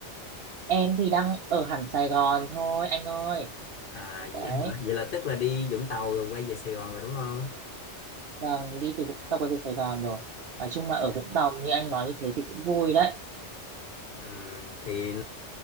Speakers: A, on the right; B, on the left.
A: Em thì đang ở hẳn Sài Gòn thôi, anh ơi.
B: À
A: Đấy,
B: vậy hả? Vậy là tức là đi Vũng Tàu rồi quay về Sài Gòn rồi đúng không?
A: vâng, đi từ Vũng Tàu quay về Sài Gòn rồi.
B: Ừ.
A: Nói chung mà ở Vũng Tàu như anh nói như thế thì cũng vui đấy.
B: Ừ. Thì,